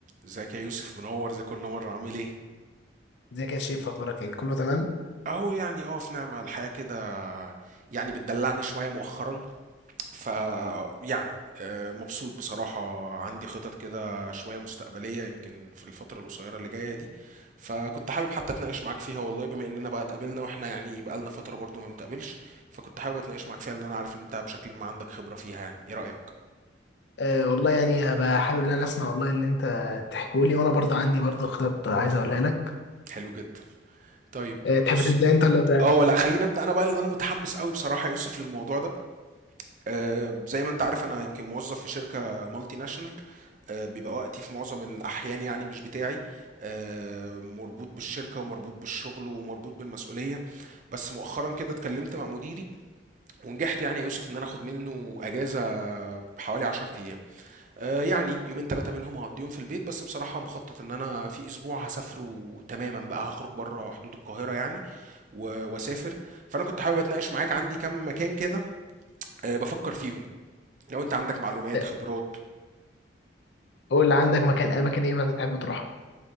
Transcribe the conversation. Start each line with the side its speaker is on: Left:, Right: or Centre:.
Right: ازيك يا يوسف منور زي كل مرة عامل ايه؟
Left: ازيك يا شيف اخبارك ايه كله تمام
Right: اهو يعني اه في نعمة الحياة كده يعني بتدلعني شوية مؤخرا ف يعني آه، مبسوط بصراحة عندي خطط كده شوية مستقبلية يمكن في الفترة القصيرة اللي جاية دي فكنت حابب حتى اتناقش معاك فيها والله بما اننا بقى اتقابلنا واحنا يعني بقالنا فترة برضو ما بنتقابلش فكنت حابب اتناقش معاك فيها لان انا عارف ان انت بشكل ما عندك خبرة فيها يعني ايه رأيك؟
Left: آه والله يعني هبقى حابب ان انا اسمع والله اللي انت تحكيه لي وانا برضه عندي برضه خطط عايز اقولها لك
Right: حلو جدا طيب
Left: آه تحب
Right: بص
Left: تبدا انت ولا ابدا
Right: اه
Left: انا
Right: لا خليني ابدا انا بقى لان انا متحمس قوي بصراحه يا يوسف للموضوع ده آه، زي ما انت عارف انا يمكن موظف في شركه مالتي ناشونال آه، بيبقى وقتي في معظم الاحيان يعني مش بتاعي آه، مربوط بالشركه ومربوط بالشغل ومربوط بالمسؤوليه بس مؤخرا كده اتكلمت مع مديري ونجحت يعني يا يوسف ان انا اخد منه اجازه حوالي 10 ايام آه، يعني يومين ثلاثه منهم هقضيهم في البيت بس بصراحه مخطط ان انا في اسبوع هسافره تماما بقى هخرج بره حدود القاهره يعني و- واسافر فانا كنت حابب اتناقش معاك عندي كام مكان كده آه، بفكر فيهم لو انت عندك معلومات
Left: آه،
Right: خبرات
Left: قول اللي عندك مكان اماكن ايه مثلا تحب تروحها